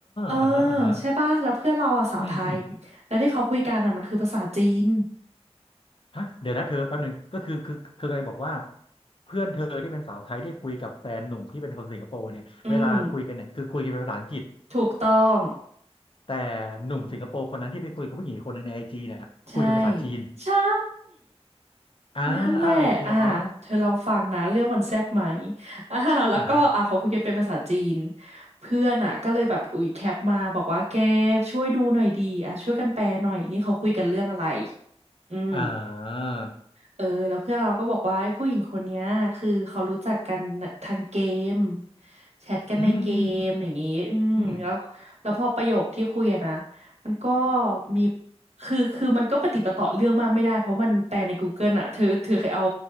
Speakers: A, on the right; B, on the left.
A: เออ
B: อ่าฮะอ่าฮะ
A: ใช่ป่ะแล้วเพื่อนเราอะสาวไทยแล้วที่เขาคุยกันอะมันคือภาษาจีน
B: อืมอืมฮะเดี๋ยวนะเธอแป๊บหนึงก็คือคือเธอเคยบอกว่าเพื่อนเธอที่เป็นสาวไทยที่คุยกับแฟนหนุ่มที่เป็นคนสิงคโปร์เนี่ยเวลาคุยกันเนี่ยคือคุยกันเป็นภาษาอังกฤษ
A: อืมถูกต้อง
B: แต่หนุ่มสิงคโปร์คนนั้นที่ไปคุยกับผู้หญิงอีกคนหนึงในไอจีเนี่ยคุยเป็นภาษาจีน
A: ใช่ใช่
B: อ่าอ่าโอเคอ๋อ
A: นั่นแหละ อ่าเธอลองฟังนะ เรื่องมันแซ่บไหม อ่าแล้วก็
B: อ่าฮะ
A: อ่าเขาคุยกันเป็นภาษาจีน เพื่อนอ่ะ ก็เลยแบบ อุ๊ย แคปมาบอกว่า แกช่วยดูหน่อยดี อ่ะ ช่วยกันแปลหน่อย นี่เขาคุยกันเรื่องอะไร อืม
B: อ่า
A: เออแล้วเพื่อนเราก็บอกว่าไอ้ผู้หญิงคนเนี้ยคือเขารู้จักกันทางเกมแชทกันในเกมอย่างงี้อืมแล้วแล้วพอประโยคที่คุยอะนะ
B: อืมอืม อืม
A: มันก็มีคือคือมันก็ปะติดปะต่อเรื่องมากไม่ได้เพราะมันแปลใน Google อะเธอเธอเคยเอา